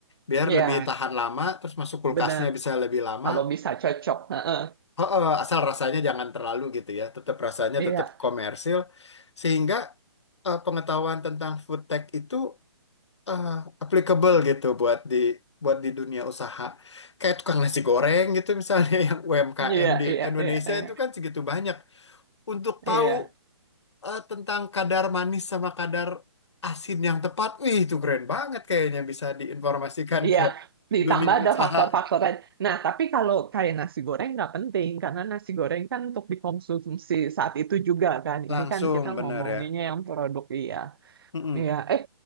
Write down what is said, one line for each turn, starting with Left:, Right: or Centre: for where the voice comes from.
Left: biar
Right: iya
Left: lebih tahan lama terus masuk kulkasnya
Right: benar
Left: bisa lebih lama
Right: kalau bisa cocok Heeh.
Left: oh, oh, asal rasanya jangan terlalu gitu ya tetap rasanya
Right: iya
Left: tetap komersil sehingga eh, pengetahuan tentang food tech itu eh, applicable gitu buat di buat di dunia usaha kayak tukang nasi goreng gitu misalnya <laughs> yang UMKM
Right: iya
Left: di
Right: iya
Left: Indonesia
Right: iya iya
Left: itu kan segitu banyak untuk tahu
Right: Iya.
Left: eh, tentang kadar manis sama kadar asin yang tepat. Wih, itu keren banget kayaknya bisa diinformasikan
Right: Iya,
Left: ke
Right: ditambah
Left: dunia
Right: ada
Left: usaha
Right: faktor-faktor lain. Nah, tapi kalau kayak nasi goreng nggak penting, karena nasi goreng kan untuk dikonsumsi saat itu juga kan. Ini
Left: langsung,
Right: kan kita
Left: bener
Right: ngomonginnya
Left: ya.
Right: yang produk iya.
Left: Mm-mm.
Right: Iya, eh,